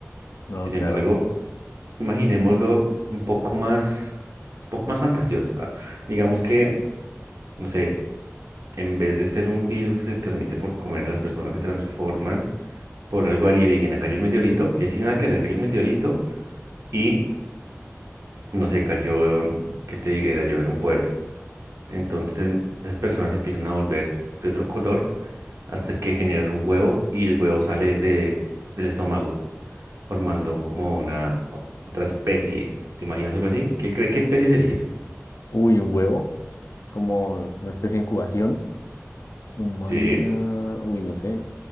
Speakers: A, on the left; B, on the right.
A: No,
B: Sin
A: claro.
B: embargo, imaginémoslo un poco más, un poco más fantasioso. ah. Digamos que, no sé, en vez de ser un virus que se transmite por comer, las personas se transforman por algo alienígena. Cayó un meteorito y así nada que hacer, cayó un meteorito. Y no sé, cayó, que te diga, Era yo era un pueblo. Entonces las personas se empiezan a volver de otro color hasta que generan un huevo y el huevo sale de, del estómago, formando como una o- otra especie. ¿Te imaginas algo así? ¿Qué cree, qué especie sería?
A: Uy, un huevo, como una especie de incubación humana.
B: Sí,
A: Uy, no sé.